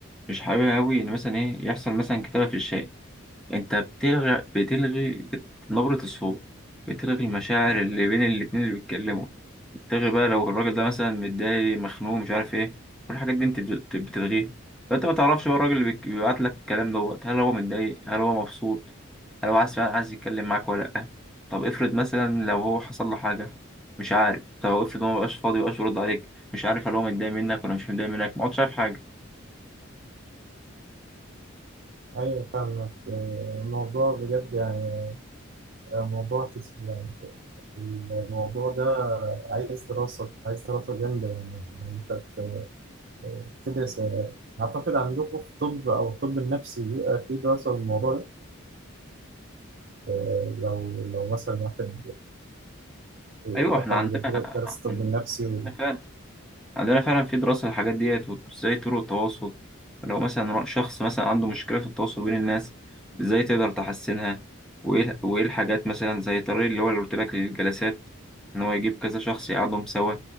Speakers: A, in the centre; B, on the right (about 50°).
A: مش حاببها قوي ان مثلا ايه يحصل مثلا كتابه في الشارع انت بتلغي بتلغي بت- نبرة الصوت بتلغي المشاعر اللي بين الاتنين اللي بيتكلموا بتلغي بقى لو الراجل ده مثلا متضايق مخنوق مش عارف ايه كل الحاجات دي انت بت- بتلغيها فانت ما تعرفش بقى الراجل اللي بيك- بيبعت لك الكلام دوت هل هو متضايق هل هو مبسوط هل هو عايز فعلا عايز يتكلم معاك ولا لأ طب افرض مثلا لو هو حصل له حاجة مش عارف طب افرض هو مبقاش فاضي مبقاش يرد عليك مش عارف هل هو متضايق منك ولا مش متضايق منك ما عادش عارف حاجة
B: أيوة فاهمك آه، الموضوع بجد يعني آه، موضوع كتير يعني الموضوع ده عايز دراسة عايز دراسة جامدة يعني إن أنت ت- تدرس آه، أعتقد عندكم في الطب أو الطب النفسي بيبقى في دراسة للموضوع ده آه، لو لو مثلا واحد آه،
A: ايوه
B: دخل
A: احنا عندنا
B: درس الطب
A: عندنا
B: النفسي و...
A: فعلا عندنا فعلا في دراسة للحاجات ديت وازاي طرق التواصل لو مثلا شخص مثلا عنده مشكلة في التواصل بين الناس ازاي تقدر تحسنها وايه وايه الحاجات مثلا زي الطريق اللي هو اللي قلت لك للجلسات ان هو يجيب كذا شخص يقعدهم سوا